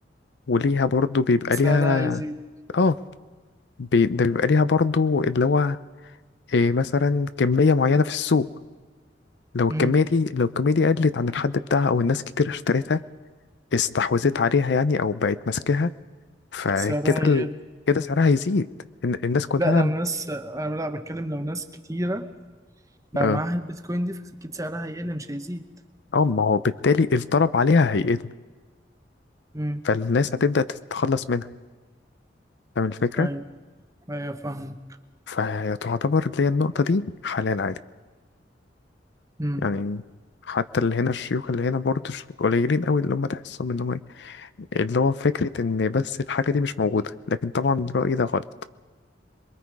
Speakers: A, on the left; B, on the right.
A: وليها برضه بيبقى
B: سعرها
A: ليها
B: يزيد
A: اه بي... ده بيبقى ليها برضه اللي هو إيه مثلا كمية معينة في السوق لو الكمية
B: مم.
A: دي لو الكمية دي قلت عن الحد بتاعها أو الناس كتير اشتريتها استحوذت عليها يعني أو بقت ماسكاها فكده
B: سعرها يقل
A: ال... كده سعرها هيزيد الن- الناس كلها
B: لا لو ناس انا لا بتكلم لو ناس كتيره بقى
A: اه
B: معاها البيتكوين دي فاكيد سعرها هيقل مش هيزيد
A: اه ما هو بالتالي الطلب عليها هيقل
B: مم.
A: فالناس هتبدأ تتخلص منها فاهم الفكرة؟
B: ايوه ايوه فاهمه
A: فتعتبر اللي هي النقطة دي حلال عادي
B: مم.
A: يعني حتى اللي هنا الشيوخ اللي هنا برضه ش- قليلين قوي اللي هم تحسهم ان هم إيه، اللي هو فكرة ان بس الحاجة دي مش موجودة لكن طبعا رأيي ده غلط